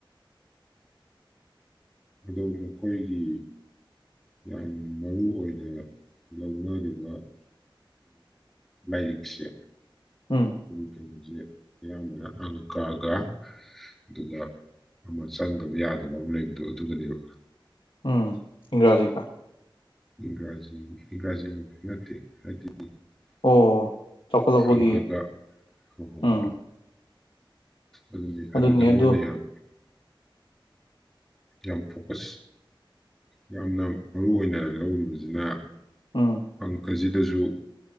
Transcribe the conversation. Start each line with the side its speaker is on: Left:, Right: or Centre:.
Centre: ꯑꯗꯣ ꯃꯈꯣꯏꯒꯤ ꯌꯥꯝ ꯃꯔꯨ ꯑꯣꯏꯅ ꯂꯧꯅꯔꯤꯕ ꯂꯥꯏꯔꯤꯛꯁꯦ
Left: ꯎꯝ
Centre: ꯈ ꯀꯕꯨꯖꯦ ꯑꯌꯥꯝꯕꯅ ꯑꯪ ꯀꯒ ꯑꯗꯨꯒ ꯑꯃ ꯆꯪꯗꯕ ꯌꯥꯗꯕ ꯑꯃ ꯂꯩꯕ ꯑꯗꯨꯒꯅꯦꯕ
Left: ꯎꯝ ꯏꯪꯒ꯭ꯔꯥꯖꯤꯒ
Centre: ꯏꯪꯒꯥꯖꯤ ꯏꯪꯒꯥꯖꯤꯃ ꯅꯠꯇꯦ ꯍꯥꯏꯗꯤ
Left: ꯑꯣ ꯆꯥꯎꯈꯠꯂꯛꯄꯒꯤ
Centre: ꯑꯪꯀꯒ ꯍꯣꯏ ꯍꯣꯏ
Left: ꯎꯝ
Centre: ꯍꯣꯏ ꯑꯗꯨꯅꯤ
Left: ꯑꯗꯨꯅꯦ
Centre: ꯑꯗꯨꯗ
Left: ꯑꯗꯨ
Centre: ꯃꯣꯏꯅ ꯌꯥꯝ ꯌꯥꯝ ꯐꯣꯀꯁ ꯌꯥꯝꯅ ꯃꯔꯨ ꯑꯣꯏꯅ ꯂꯧꯔꯤꯕꯖꯤꯅ
Left: ꯎꯝ
Centre: ꯑꯪꯀ ꯀꯖꯤꯗꯖꯨ